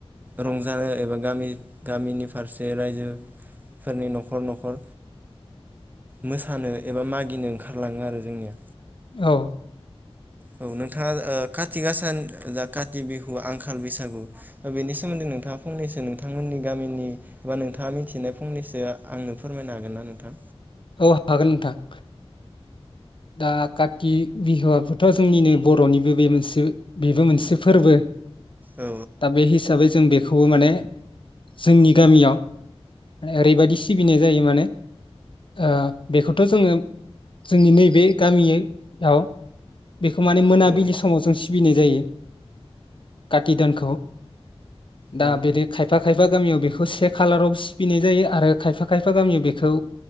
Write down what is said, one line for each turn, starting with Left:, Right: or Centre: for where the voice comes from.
Right: रंजानो एबा गामि गामिनि फारसे रायजोफोरनि न'खर न'खर मोसानो एबा मागिनो ओंखारलाङो आरो जोंनिया।
Left: औ।
Right: औ नोंथाङा काथि गासा जा काथि बिहु आंखाल बैसागु बेनि सोमोन्दै नोंथाङा फंनैसो नोंथांमोननि गामिनि बा नोंथाङा मिथिनाय फंनैसो आंनो फोरमायनो हागोन ना नोंथां।
Left: औ हागोन नोंथां। दा काति बिहुआबोथ' जोंनिनो बर'निबो बे मोनसे बेबो मोनसे फोरबो।
Right: औ
Left: दा बे हीसाबै जों बेखौबो माने जोंनि गामियाव ओरैबायदि सिबिनाय जायो माने अ बेखौथ' जोङो जोंनि नै बे गामि याव बेखौ माने मोनाबिलि
Right: औ
Left: समाव जों सिबिनाय जायो। काटि दानखौ। दा
Right: नंगौ
Left: बिदि खायफा -खायफा गामियाव बेखौ से खालाराव सिबिनाय जायो आरो खायफा- खायफा गामियाव बेखौ